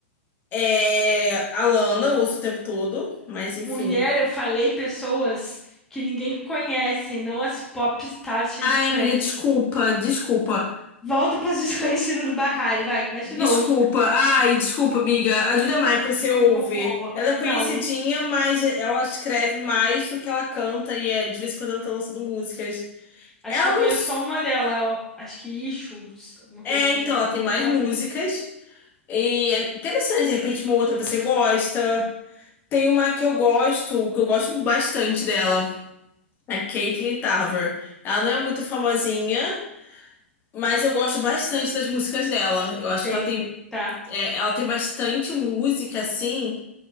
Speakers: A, on the left; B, in the centre.
A: é a Lana, eu ouço o tempo todo, mas enfim.
B: Mulher, eu falei pessoas que ninguém conhece, não as pop stars cheias
A: Ai,
B: de prêmio.
A: amiga, desculpa, desculpa,
B: Volta para as <laughs> desconhecidas do Barrari, vai, começa
A: desculpa.
B: de novo.
A: Ai, desculpa, amiga. A Julia Michaels, você ouve.
B: Empolgou.
A: Ela é conhecidinha,
B: Não,
A: mas ela escreve mais do que ela canta e é, de vez em quando ela tá lançando músicas.
B: acho
A: Ela
B: que eu
A: não.
B: conheço
A: s-
B: só uma dela, acho que Issues, alguma
A: É,
B: coisa assim,
A: então,
B: uma que
A: ela
B: ficou
A: tem mais
B: famosinha.
A: músicas. E é interessante, de repente, uma outra você gosta. Tem uma que eu gosto, que eu gosto bastante dela. A Caitlyn Tarver. Ela não é muito famosinha, mas eu gosto bastante das músicas dela. Eu acho
B: Caitlyn,
A: que ela tem
B: tá.
A: É, ela tem bastante música, assim,